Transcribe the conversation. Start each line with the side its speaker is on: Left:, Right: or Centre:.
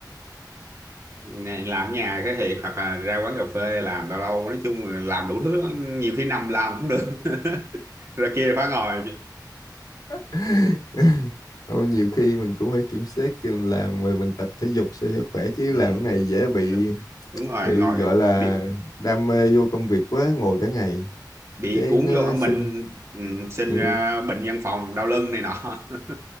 Right: Này, làm ở nhà cái thiệt hoặc là ra quán cà phê làm lâu lâu nói chung là làm đủ thứ lắm. nhiều khi nằm làm cũng được <laughs> rồi kia phải ngồi
Left: <laughs> Ôi, nhiều khi mình cũng phải kiểm soát khi mình làm rồi mình tập thể dục sao cho khỏe chứ
Right: ừ.
Left: làm cái này dễ bị
Right: đúng đúng rồi
Left: bị
Right: ngồi
Left: gọi là
Right: bị
Left: đam mê vô công việc quá ngồi cả ngày
Right: bị
Left: cái
Right: cuốn
Left: nó
Right: vô ở mình
Left: sinh
Right: ừ, sinh
Left: ừ.
Right: ra bệnh văn phòng đau lưng này nọ <laughs>